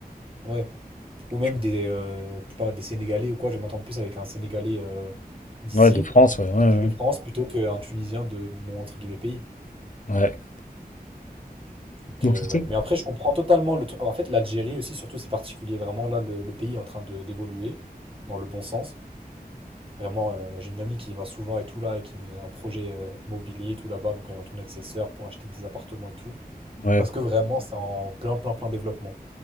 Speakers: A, on the right; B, on the left.
A: Ouais. Ou même
B: Tu
A: des, euh, je sais pas, des Sénégalais ou quoi. Je vais m'entendre plus avec un Sénégalais euh, d'ici,
B: vois. Ouais, de France, ouais, ouais,
A: de
B: ouais.
A: France, plutôt qu'un Tunisien de mon, entre guillemets, pays.
B: Ouais.
A: Donc,
B: Donc,
A: euh,
B: c'est
A: ouais.
B: ça.
A: Mais après, je comprends totalement le truc. En fait, l'Algérie aussi, surtout, c'est particulier. Vraiment, là, le, le pays est en train de d'évoluer dans le bon sens. Vraiment, euh, j'ai une amie qui y va souvent et tout là, et qui a un projet euh, immobilier et tout là-bas. Donc, elle est en tournée avec ses sœurs pour acheter des appartements et tout.
B: Ouais,
A: Parce que vraiment, c'est en plein, plein, plein développement.